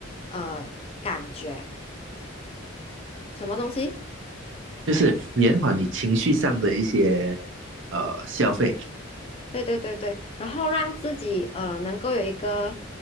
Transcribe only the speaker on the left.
呃感觉什么东西？
对对对对，然后让自己呃能够有一个